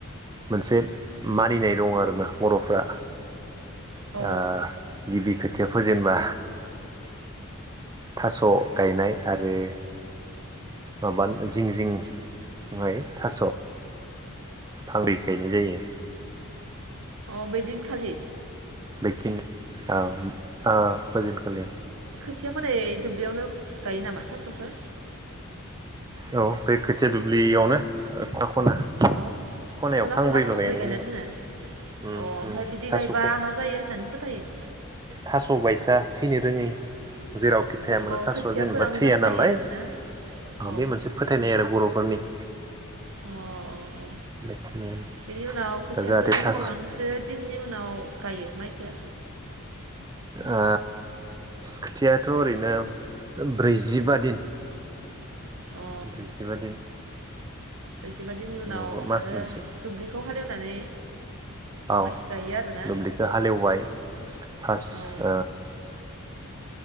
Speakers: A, on the right (about 15°); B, on the right (about 65°).
A: मोनसे मानिनाय दं आरोना बर'फ्रा
B: औ
A: ओ गिबि खो थिया फोजेनबा थास गायनाय आरो माबा जिं जिं हाय थास हालदै गायनाय जायो
B: अ बैदिन खालि
A: बैथिं औ ओ फोजेन खालि
B: थिया फोनाय दुब्लियावनो गायो नामा थासखो
A: औ बे खोथिया दुब्लियावनो खना
B: औ
A: खनायाव
B: खना
A: फांब्रैल'
B: खना फांब्रै
A: गायनाय
B: गायना
A: जायो
B: दोनो अ
A: उम उम
B: ओमफ्राय बिदि
A: थास'खौ
B: गायबा मा जायो होननानै फोथायो
A: थास बायसा थैनो रोङै जेराव खिथाया मानो
B: औ
A: थासआ
B: खोथियाफोरा
A: जेनेबा
B: मोजां
A: थैया
B: जायो
A: नालाय
B: आरोना औ
A: बे मोनसे फोथायनाय आरो बरफोरनि
B: अ औ
A: बेखिनियानो
B: बेनि उनाव खोथियाखो
A: दा जाहाथे थास
B: बेसेबांसो दिननि उनाव गायो माइखो
A: ओ खोथियाथ ओरैनो ब्रैजिबा दिन
B: अ
A: ओमफाय जिबादि
B: बेसेबा दिननि उनाव
A: मबा मास
B: आरो
A: मोनसे
B: दुब्लिखौ हालेवनानै
A: औ
B: माइखौ गायो आरोना
A: दुब्लिखौ हालेवबाय फार्स्ट
B: औ